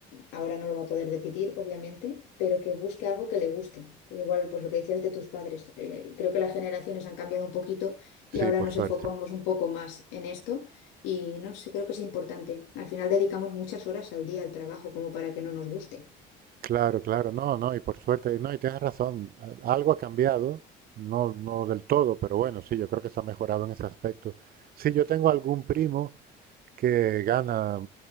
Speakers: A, on the left; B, on the right.
A: ahora no lo va a poder decidir, obviamente, pero que busque algo que le guste. Igual, pues lo que decías de tus padres, eh, creo que las generaciones han cambiado un poquito y
B: Sí,
A: ahora
B: por
A: nos
B: suerte.
A: enfocamos un poco más en esto y no sé, creo que es importante. Al final dedicamos muchas horas al día al trabajo como para que no nos guste.
B: Claro, claro, no, no, y por suerte, no, y tienes razón, a- algo ha cambiado, no, no del todo, pero bueno, sí, yo creo que se ha mejorado en ese aspecto. Sí, yo tengo algún primo que gana